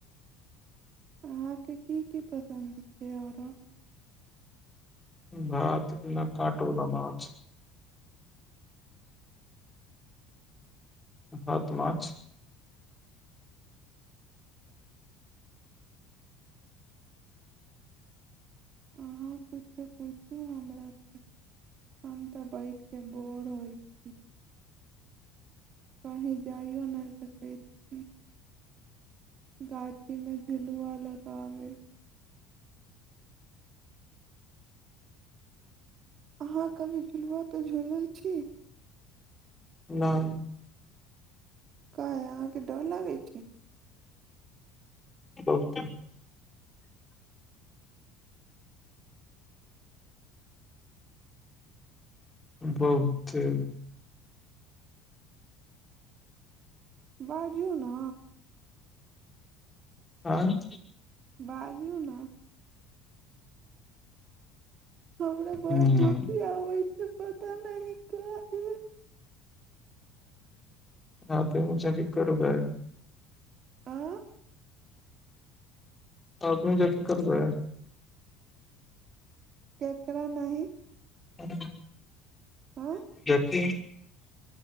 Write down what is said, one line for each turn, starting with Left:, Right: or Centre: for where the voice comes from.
Right: अहाँके कि की पसन्द छै आरो
Left: भात विना काँट वला माछ सात मार्च
Right: अहाँ किछु पूछु हमरा सँ हम तऽ बैठ के बोर होइ छी कही जाइो नहि सकै छी गाछ जैमे झुलूआ लगाबै अहाँ कभी झुलापर झुलल छी
Left: नै
Right: काहे अहाँके डर लागै छै
Left: बहुते बहुते
Right: बाजियौ ने
Left: आँय
Right: बाजू ने हमरा बड़ा
Left: हम्म,
Right: हाँसी आबै छै पता नहि काहे
Left: हँ त मु छै क करबै <unintelligible>
Right: आ
Left: आदमी जंका करबै
Right: केकरा नहि
Left: हूँ
Right: आ
Left: <unintelligible>